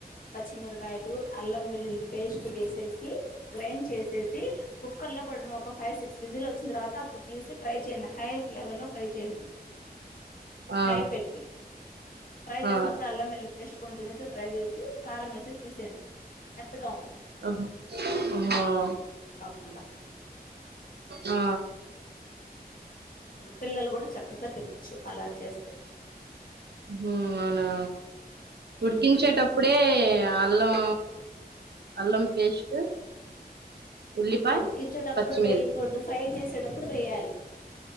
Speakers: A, on the left (about 55°); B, on the right (about 80°).
A: పచ్చిమిరకాయలు అల్లం వెల్లుల్లి పేస్ట్ వేసేసి గ్రైండ్ చేసేసి కుక్కర్ లో కూడా ఒక ఫైవ్ సిక్స్ వచ్చిన తర్వాత అప్పుడు తీసి ఫ్రై చేయయండి హై ఫ్లేవెల్లో ఫ్రై చేయండి
B: ఆ
A: హైపెట్టి ఫ్రై చేసినప్పుడు
B: ఆ
A: అలాం వెళ్ళ పేస్ట్ కొంచెం వేసి ఫ్రై చేసి కారం ఎసి తీసేయండి మెత్తగా ఉంటుంది
B: అం అః
A: ఉండ
B: ఆ
A: పిల్లలు గూడా చక్కగా తినొచ్చు అలా చేస్తే
B: ఉహు, అవునా ఉడికించేటప్పుడే
A: ఉమ్
B: ఎ అల్లం అల్లం పేస్ట్ ఉల్లిపాయ
A: ఉడిక్కిచేటప్పుడు
B: పచ్చిమిరి
A: వేయకూడదు ఫ్రై చేసేటప్పుడు వేయ్యాలి